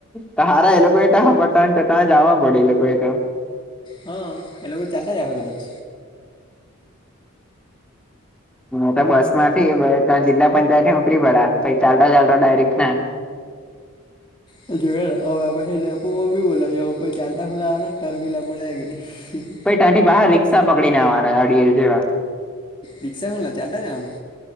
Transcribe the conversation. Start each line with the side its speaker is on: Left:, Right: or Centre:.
Centre: કર હારા એ લોકો ત જવા પડે એ લોકો એતો.
Left: હા એ લોકો ચારટા આવે કદાજ.
Centre: હ તો બસ માંથી ત્યા જિલ્લા પંચાયત ઉતરી પડ્યા પછ ચાલતા ચાલતા ડાયરેક્ટ ના
Left: ચલ જોઈએ અ પછી લખવુ જોપી બોલા ચાલતા <unintelligible>
Centre: તંથી બહાર રી્ષા પકડીનેવાના અડિ જેવા.
Left: રિક્ષા મા ચાલટા જવાનુ.